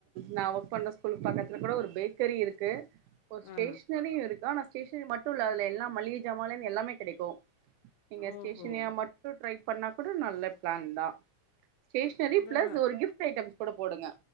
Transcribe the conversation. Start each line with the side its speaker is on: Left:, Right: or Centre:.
Right: நா ஒர்க் பண்ற ஸ்கூல் பக்கத்துல கூட ஒரு பேக்கரி இருக்கு ஒரு ஸ்டேஷனரியுருக்
Left: ஆ
Right: அதா னா ஸ்டேஷனரி மட்டுல்ல அதுல எல்லா மளிகை ஜமான்லருந்து எல்லாமே கிடைக்கு நீங்க ஸ்டேஷனரியா
Left: ஓஹோ
Right: மட் ட்ரை பண்ணா கூட நல்ல பிளான் தா ஸ்டேஷனரி
Left: அதான்
Right: பிளஸ் ஒரு கிஃப்ட் ஐட்டம்ஸ் கூட போடுங்க